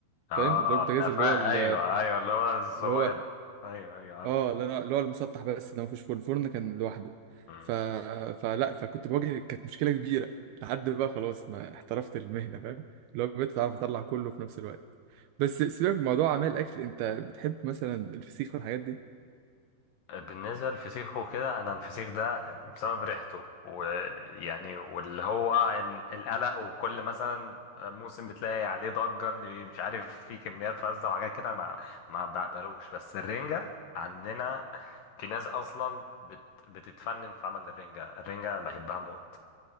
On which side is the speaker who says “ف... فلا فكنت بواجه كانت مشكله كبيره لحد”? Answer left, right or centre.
Right